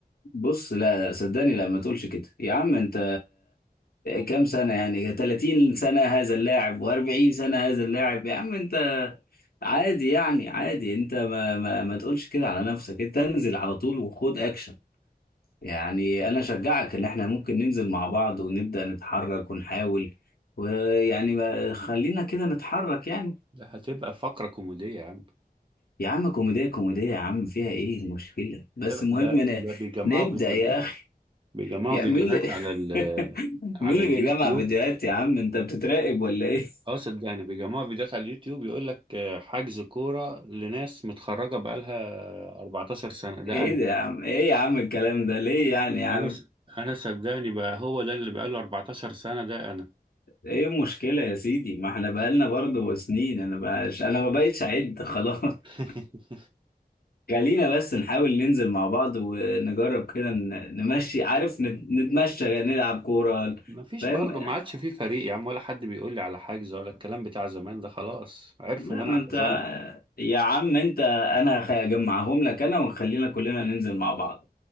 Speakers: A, on the left; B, on the right.
A: بص لا لا صدقني لا ما تقولش كده يا عم انت كام سنة يعني 30 سنة هذا اللاعب و40 سنة هذا اللاعب يا عم انت عادي يعني عادي انت ما, ما, ما تقولش كده على نفسك انت انزل على طول وخد اكشن يعني انا اشجعك ان احنا ممكن ننزل مع بعض ونبدأ نتحرك ونحاول ويعني ما- خلينا كده نتحرك يعني
B: ده هتبقى فقرة كوميدية يا عم
A: يا عم كوميديا كوميديا يا عم فيها ايه المشكلة بس
B: هتبقى
A: المهم
B: ده
A: انا
B: ده بيجمعوا
A: نبدأ
B: فيديوهات
A: يا اخي
B: بيجمعوا
A: يا
B: فيديوهات
A: مين اللي
B: على ال
A: <laughs>
B: على
A: مين اللي
B: اليوتيوب
A: بيجمع فيديوهات يا عم انت بتتراقب ولا ايه
B: اه صدقني يعني بيجمعوا فيديوهات على اليوتيوب يقول لك آه، حجز كورة لناس متخرجة بقالها 14 سنة
A: <laughs>
B: ده
A: ايه
B: انا
A: ده يا عم ايه يا عم الكلام ده ليه يعني يا عم
B: انا س- انا صدقني بقى هو ده اللي بقاله 14 سنة ده انا
A: ايه المشكلة يا سيدي ما احنا بقالنا برضه سنين انا بقاش انا ما بقتش اعد خلاص <laughs>
B: <laughs>
A: خلينا بس نحاول ننزل مع بعض ونجرب كده ن- نمشي عارف نت- نتمشى نلعب كورة
B: ما فيش
A: فاهم
B: برضه ما عادش في فريق يا عم ولا حد بيقول لي على حجز ولا الكلام بتاع زمان ده خلاص عرفوا
A: لا
B: ان انا
A: ما
B: اعتزلت
A: انت يا عم انت انا هخ- هجمعهم لك انا وخلينا كلنا ننزل مع بعض